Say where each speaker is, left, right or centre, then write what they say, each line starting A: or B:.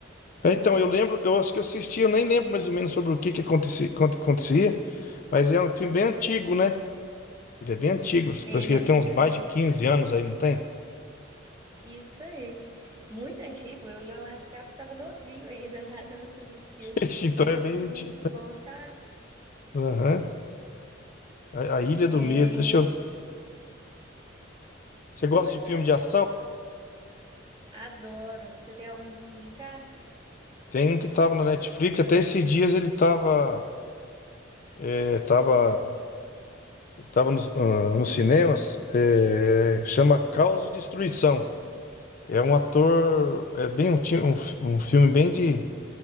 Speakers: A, on the left; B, on the right.
A: É, Então, eu lembro, eu acho que eu assisti, eu nem lembro mais ou menos sobre o que que acontecia, quanto acontecia, mas é um filme bem antigo, né? Ele é bem antigo,
B: Ele
A: parece que
B: é
A: já
B: muito
A: tem uns
B: antigo.
A: mais de 15 anos aí, não tem?
B: Isso aí. Muito antigo. Eu, o Leonardo DiCaprio estava novinho ainda <laughs> lá no, no filme.
A: <laughs> Ixi, Então
B: Mas
A: é
B: é
A: bem
B: um filme
A: antigo.
B: muito bom, sabe?
A: Aham. A, a Ilha
B: É...
A: do Medo, deixa eu ver. Você gosta
B: Pois
A: de filme
B: é.
A: de ação?
B: Adoro. Você tem algum para me indicar?
A: Tem um que tava na Netflix, até esses dias ele tava, estava Estava nos ah, nos cinemas, é, chama Caos e Destruição. É um ator, é bem um, ti- um, fi- um filme bem de,